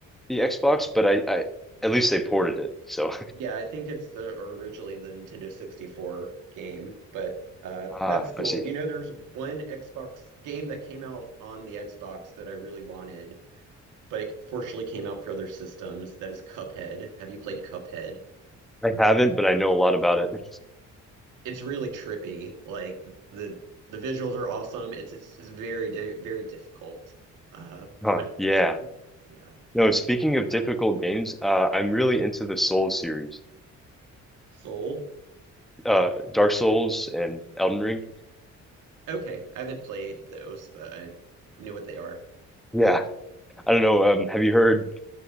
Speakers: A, in the centre; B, on the right.
A: the Xbox, but I I at least they ported it. So
B: Yeah, I think it's the or originally the Nintendo 64 game, but uh,
A: <laughs> ah,
B: that's cool.
A: I see.
B: You know, there's one Xbox game that came out on the Xbox that I really wanted, but it fortunately came out for other systems. That is Cuphead. Have you played Cuphead?
A: I haven't, but I know a lot about it. <laughs>
B: it's really trippy. Like the the visuals are awesome. It's it's, it's very di very difficult, uh,
A: Huh,
B: but it-
A: yeah.
B: it's fun. Yeah,
A: No, speaking of difficult games, uh, I'm really into the Souls series,
B: Soul.
A: uh, Dark Souls and Elden Ring.
B: Okay, I haven't played those, but I know what they are.
A: Yeah. I don't know. Um, have you heard?